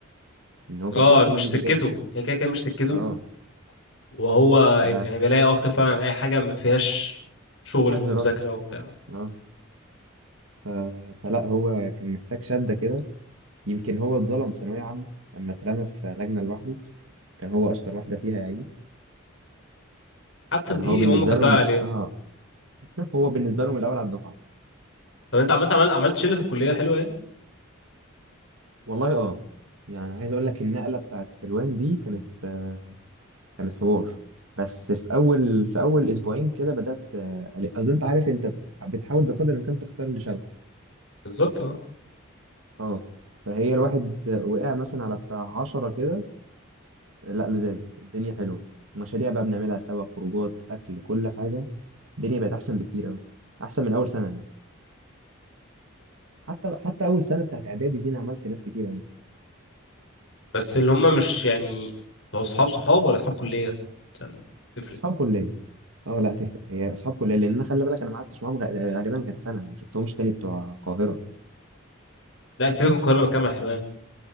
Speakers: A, on the right; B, on the left.
A: ان هو
B: اه
A: كده كده اصلا
B: مش
A: ما بيذاكرش
B: سكته هي كده كده مش سكته
A: اه
B: وهو يبقى
A: ف
B: كان بيلاقي اكتر فعلا على اي حاجة ما فيهاش شغل
A: ما فيهاش
B: ومذاكرة
A: دراسة
B: وبتاع
A: اه ف... فلا هو كان محتاج شدة كده يمكن هو اتظلم في ثانوية عامة لما اترمى في لجنة لوحده كان هو أشطر واحدة فيها يا عيني
B: حتى
A: يعني
B: في دي
A: هو بالنسبة
B: امك هتضيع
A: لهم
B: عليه
A: اه <laughs> هو بالنسبة لهم الأول على الدفعة
B: طب انت عملت عملت عملت شلة في الكلية حلوة يعني
A: والله اه يعني عايز أقول لك النقلة بتاعت حلوان دي كانت آه كانت حوار بس في أول في أول أسبوعين كده بدأت آه، ألاقي- أصل أنت عارف أنت بتحاول بقدر الإمكان تختار اللي شبهك
B: بالظبط اه
A: اه فهي الواحد وقع مثلا على بتاع 10 كده لا لزاز الدنيا حلوه مشاريع بقى بنعملها سوا خروجات اكل كل حاجه الدنيا بقت احسن بكتير قوي احسن من اول سنه يعني. حتى حتى اول سنه بتاعت اعدادي دي انا عملت ناس كتير قوي
B: بس اللي هم مش يعني هو صحاب صحاب ولا صحاب كلية عشان تفرق
A: اصحاب كليه اه لا تفرق هي اصحاب كليه لان انا خلي بالك انا ما قعدتش معاهم غ- غالبا غير سنه ما شفتهمش تاني بتوع القاهره
B: لا سيبك من القاهرة بكامل حلوان